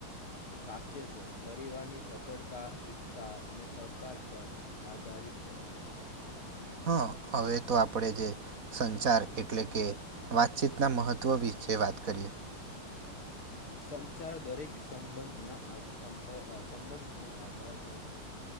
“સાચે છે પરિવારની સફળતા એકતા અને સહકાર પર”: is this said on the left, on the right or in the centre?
Left